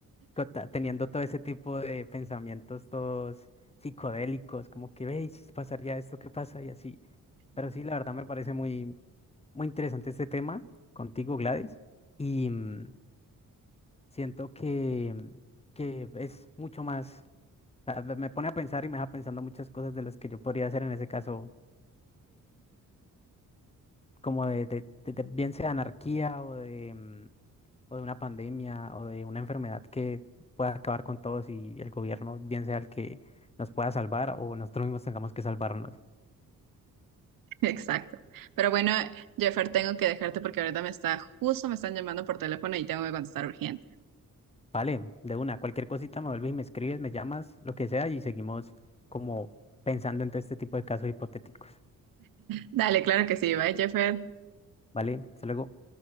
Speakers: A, on the left (about 20°); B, on the right (about 85°).
A: cota- teniendo todo ese tipo de pensamientos todos psicodélicos, como que veis, si pasaría esto, ¿qué pasa? Y así. Pero sí, la verdad me parece muy, muy interesante este tema contigo, Gladys. Y mm, siento que, mm, que es mucho más, o sea, me me pone a pensar y me deja pensando muchas cosas de las que yo podría hacer en ese caso como de, de- de- de- bien sea anarquía o de, mm, o de una pandemia o de una enfermedad que pueda acabar con todos y el gobierno bien sea el que nos pueda salvar o nosotros mismos tengamos que salvarnos.
B: Exacto. Pero bueno, Jeffer, tengo que dejarte porque ahorita me está, justo me están llamando por teléfono y tengo que contestar urgente.
A: Vale, de una, cualquier cosita me vuelves y me escribes, me llamas, lo que sea y seguimos como pensando en todo este tipo de casos hipotéticos.
B: Dale, claro que sí. Bye, Jeffer.
A: Vale, hasta luego.